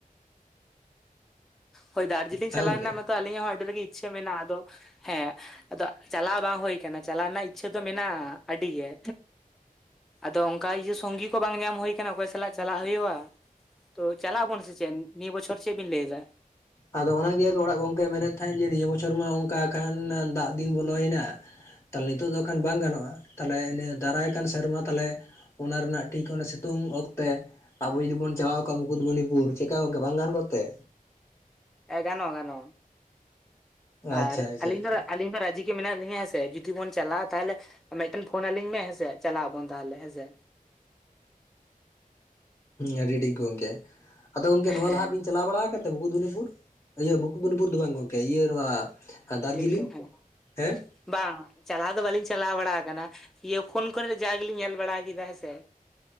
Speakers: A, in the centre; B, on the left.
A: ᱦᱳᱭ ᱫᱟᱨᱡᱤᱞᱤᱝ
B: ᱦᱮᱸ
A: ᱪᱟᱞᱟᱣ
B: ᱜᱚᱝᱠᱮ
A: ᱨᱮᱱᱟᱜ ᱢᱟ ᱛᱚ ᱟᱹᱞᱤᱧ ᱦᱚᱸ ᱟᱹᱰᱤ ᱨᱟᱹᱜᱤ ᱤᱪᱷᱟ ᱢᱮᱱᱟᱜ-ᱟ ᱟᱫᱚ ᱦᱮᱸ ᱟᱫᱚ ᱪᱟᱞᱟᱣ ᱵᱟᱝ ᱦᱩᱭ ᱠᱟᱱᱟ ᱪᱟᱞᱟᱣ ᱨᱮᱱᱟᱜ ᱤᱪᱪᱷᱟᱹ ᱫᱚ ᱢᱮᱱᱟᱜᱼᱟ ᱟᱹᱰᱤᱜᱮ ᱟᱫᱚ ᱚᱱᱠᱟ ᱤᱭᱟᱹ ᱥᱚᱝᱜᱤ ᱠᱚ ᱵᱟᱝ ᱧᱟᱢ ᱦᱳᱭ ᱟᱠᱟᱱᱟ ᱚᱠᱚᱭ ᱥᱟᱞᱟᱜ ᱪᱟᱞᱟᱜ ᱦᱩᱭᱩᱜᱼᱟ? ᱛᱚ ᱪᱟᱞᱟᱜ ᱟᱵᱚᱱ ᱥᱮ ᱪᱮᱫ ᱱᱤᱭᱟᱹ ᱵᱚᱪᱷᱚᱨ ᱥᱮ ᱪᱮᱫ ᱵᱤᱱ ᱞᱟᱹᱭ ᱮᱫᱟ?
B: ᱟᱫᱚ ᱚᱲᱟᱜ ᱜᱮ ᱚᱲᱟᱜ ᱜᱚᱝᱠᱮ ᱢᱮᱱᱮᱫ ᱛᱟᱦᱮᱸᱫ ᱡᱮ ᱱᱤᱭᱟᱹ ᱵᱚᱪᱷᱚᱨ ᱢᱟ ᱚᱱᱠᱟ ᱠᱷᱟᱱ ᱫᱟᱜ ᱫᱤᱱ ᱵᱚᱞᱚᱭᱮᱱᱟ ᱾ ᱛᱟᱦᱚᱞᱮ ᱱᱤᱛᱚᱜ ᱫᱚ ᱠᱷᱟᱱ ᱵᱟᱝ ᱜᱟᱱᱚᱜᱼᱟ ᱛᱟᱦᱚᱞᱮ ᱱᱤᱭᱟᱹ ᱫᱟᱨᱟᱭ ᱠᱟᱱᱟ ᱥᱮᱨᱢᱟ ᱛᱟᱦᱚᱞᱮ ᱚᱱᱟ ᱨᱮᱱᱟᱜ ᱴᱷᱤᱠ ᱚᱱᱟ ᱥᱤᱛᱩᱝ ᱚᱠᱛᱮ ᱟᱵᱚ ᱡᱩᱫᱤ ᱵᱚ ᱪᱟᱞᱟᱣ ᱠᱚ ᱢᱩᱠᱩᱴᱢᱩᱱᱤᱯᱩᱨ ᱪᱮ ᱠᱟ ᱜᱚᱝᱠᱮ ᱵᱟᱝ ᱜᱟᱱ ᱠᱚᱛᱮ
A: ᱦᱮᱜᱟᱱᱚᱜᱼᱟ ᱜᱟᱱᱚᱜᱼᱟ
B: ᱟᱪᱪᱷᱟ
A: ᱟᱨ
B: ᱟᱪᱪᱷᱟ
A: ᱟᱹᱞᱤᱧ
B: ᱟᱪᱪᱷᱟ
A: ᱫᱚ ᱟᱹᱞᱤᱧ ᱫᱚ ᱨᱟᱹᱡᱤ ᱪᱤ ᱢᱮᱱᱟᱜ ᱞᱤᱧᱟ ᱦᱮᱸᱥ ᱡᱩᱫᱤ ᱵᱚᱱ ᱪᱟᱞᱟᱜᱼᱟ ᱛᱟᱦᱚᱞᱮ ᱢᱤᱫᱴᱮᱱ ᱯᱷᱳᱱ ᱟᱞᱤᱧ ᱢᱮ ᱦᱮᱸᱥᱮ ᱪᱟᱞᱟᱜ ᱟᱵᱚᱱ ᱛᱟᱦᱚᱞᱮ ᱦᱮᱸᱥᱮ
B: ᱦᱮᱸ ᱟᱹᱰᱤ ᱴᱷᱤᱠ ᱜᱮ ᱜᱚᱝᱠᱮ ᱟᱫᱚ ᱜᱚᱝᱠᱮ
A: ᱦᱮᱸ
B: ᱱᱚᱣᱟ ᱞᱟᱦᱟ ᱵᱤᱱ ᱪᱟᱞᱟᱣ ᱵᱟᱲᱟ ᱢᱩᱠᱩᱴᱢᱩᱱᱤᱯᱩᱨ ᱤᱭᱟᱹ ᱢᱩᱠᱩᱴᱢᱩᱱᱤᱯᱩᱨ ᱫᱚ ᱵᱟᱝ ᱜᱚᱝᱠᱮ ᱤᱭᱟᱹᱮ ᱱᱚᱣᱟ ᱫᱟᱨᱡᱤᱞᱤᱝ
A: ᱛᱚ ᱦᱮᱸ
B: ᱦᱮᱸ
A: ᱵᱟᱝ ᱪᱟᱞᱟᱣ ᱫᱚ ᱵᱟᱹᱞᱤᱧ ᱪᱟᱞᱟᱣ ᱵᱟᱲᱟ ᱟᱠᱟᱱᱟ ᱤᱭᱟᱹ ᱯᱷᱳᱱ ᱠᱚᱨᱮ ᱡᱟ ᱜᱮᱞᱤᱧ ᱧᱮᱞ ᱵᱟᱲᱟ ᱠᱮᱫᱟ ᱦᱮᱸ ᱥᱮ